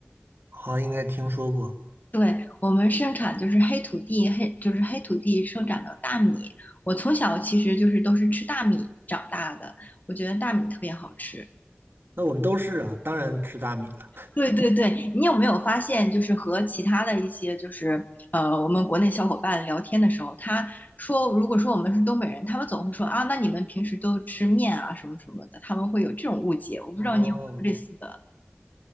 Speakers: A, on the right (about 65°); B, on the left (about 45°).
A: 好，应该听说过。
B: 对，我们生产就是黑土地，黑就是黑土地生长的大米。我从小其实就是都是吃大米长大的，我觉得大米特别好吃。
A: 那我们都是啊，当然吃大米了。
B: 对对对，你有没有发现，就是和其他的一些就是呃，我们国内小伙伴聊天的时候，他说，如果说我们是东北人，他们总会说啊，那你们平时都吃面啊什么什么的，他们会有这种误解。我不知道你有没有类似的。
A: 哦，